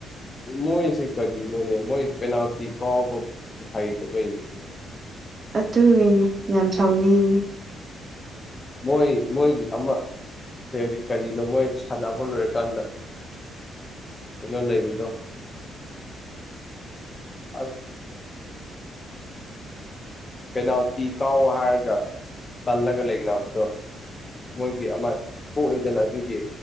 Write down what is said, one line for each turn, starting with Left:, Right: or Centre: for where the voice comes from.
Left: ꯃꯣꯏꯁꯦ ꯀꯔꯤ ꯂꯅꯦ ꯃꯣꯏ <unintelligible>
Right: ꯑꯗꯨꯒꯤꯅꯦ ꯌꯥꯝ ꯁꯥꯎꯅꯤꯡꯉ
Left: ꯃꯣꯏꯣꯏ ꯃꯣꯏꯣꯏꯒꯤ ꯑꯃ ꯍꯥꯏꯗꯤ ꯀꯔꯤꯅꯣ ꯃꯣꯏ ꯁꯥꯟꯅꯕ ꯂꯣꯏꯔꯀꯥꯟꯗ ꯀꯩꯅꯣ ꯂꯩꯗ ꯑꯁ ꯀꯅꯥꯎꯇꯤ ꯀꯥꯎ ꯍꯥꯏꯔꯒ ꯇꯜꯂꯒ ꯂꯩꯅ ꯑꯗꯨꯗꯣ ꯃꯣꯏꯒꯤ ꯑꯃ ꯊꯣꯛꯂꯏꯗꯅ ꯑꯗꯨꯒꯤꯅꯥꯇꯤ